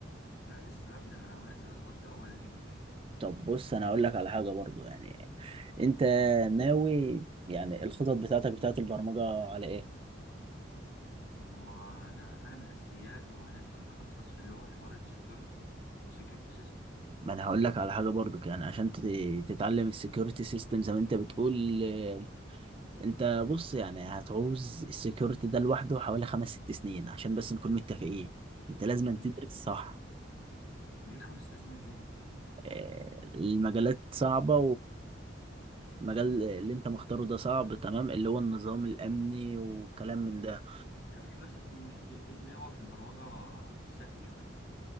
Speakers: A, on the left (about 55°); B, on the right (about 30°).
A: لا لسه هبدأ أنا عايز أظبط الأول الإنجليش
B: طب بص انا اقول لك على حاجه برضه يعني انت ناوي يعني الخطط بتاعتك بتاعت البرمجه على ايه
A: وأنا أتعلم الأساسيات وبعدين أتخصص في اللي هو حوار السكيورتي السكيورتي سيستم
B: ما انا هقول لك على حاجه برضك يعني عشان تت- تتعلم السكيورتي سيستم زي ما انت بتقول آه، انت بص يعني هتعوز السكيورتي ده لوحده حوالي خمس ست سنين عشان بس نكون متفقين انت لازم
A: ليه؟
B: تدرس صح
A: ليه خمس ست سنين ليه؟
B: آه، المجالات صعبة المجال اللي انت مختاره ده صعب تمام اللي هو النظام الامني وكلام من ده
A: طب إيه مثلا إيه إيه اللي هو في البرمجة سهل شوية